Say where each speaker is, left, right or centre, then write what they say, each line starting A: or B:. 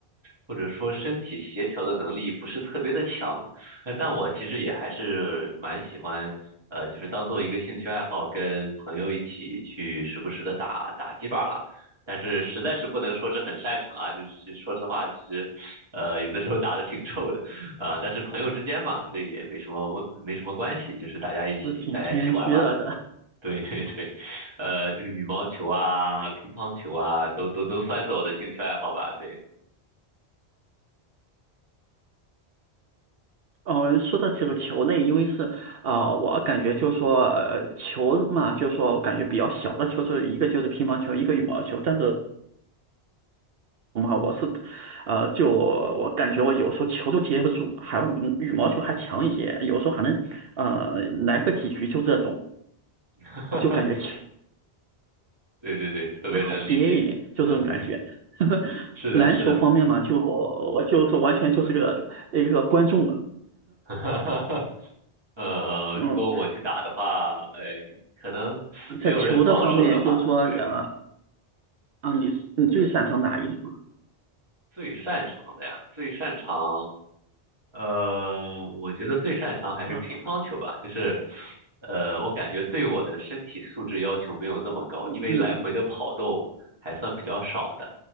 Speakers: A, on the right; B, on the right.
A: 或者说身体协调的能力不是特别的强，呃，但我其实也还是蛮喜欢，呃，就是当做一个兴趣爱好，跟朋友一起去时不时的打打几把了。但是实在是不能说是很擅长啊，就是说实话，其实，呃，有的时候打的挺臭的，呃，但是朋友之间嘛，所以也没什么问没什么关系，就是大家一起大家一起玩玩嘛。
B: 是挺谦虚了的。
A: 对对对，呃，就是羽毛球啊、乒乓球啊，都都都算是我的兴趣爱好吧。对，
B: 哦，说到这个球类，因为是啊、呃我感觉就说、呃球嘛，就说我感觉比较小的球，是一个就是乒乓球，一个羽毛球。但是嘛，我是呃，就我感觉我有时候球都接不住，还有嗯羽毛球还强一些，有时候还能呃来个几局就这种，
A: <laughs>
B: 就感觉球
A: 对对对，特别能理解。
B: 会好接一点，就这种感觉。
A: 嗯，对，
B: <laughs>
A: 是的，
B: 篮球方面嘛，
A: 是的。
B: 就我就是完全就是个一个观众了。
A: <laughs> 呃，
B: <laughs> 嗯。
A: 如果我去打的话，哎，可能没有人防守的话，
B: 在球的方面，就是说，
A: 对，
B: 呃，啊，你你最擅长哪一种？
A: 最擅长的呀，最擅长。呃，我觉得最擅长还是乒乓球吧，
B: 嗯
A: 就是，呃，我感觉对我的身体素质要求没有那么高，
B: 嗯，
A: 因为来回的跑动还算比较少的。